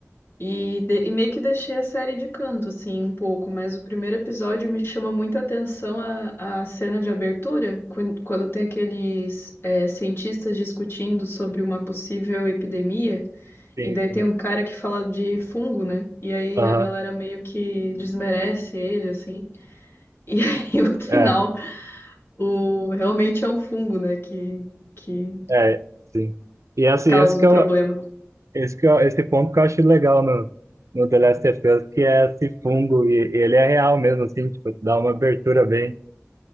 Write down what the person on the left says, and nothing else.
E, de- e meio que deixei a série de canto, assim, um pouco, mas o primeiro episódio me chama muita atenção a, a cena de abertura, quan- quando tem aqueles é, cientistas discutindo sobre uma possível epidemia,
e daí
tem um cara que fala de fungo, né? E aí
a galera meio que desmerece ele, assim. E <laughs> aí no final,
o realmente é um fungo, né? Que, que
causa
um
problema.